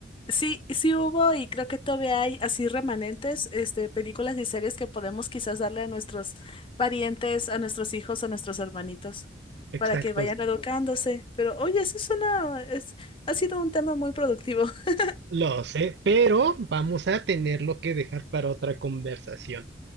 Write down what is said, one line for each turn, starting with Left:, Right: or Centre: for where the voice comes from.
Left: Sí, sí hubo y creo que todavía hay así remanentes, este, películas y series que podemos quizás darle a nuestros parientes, a nuestros hijos, a nuestros hermanitos,
Right: Exacto,
Left: para que vayan educándose. Pero oye, eso es una, es, ha sido un tema muy productivo. <laughs>
Right: Lo sé, pero vamos a tenerlo que dejar para otra conversación.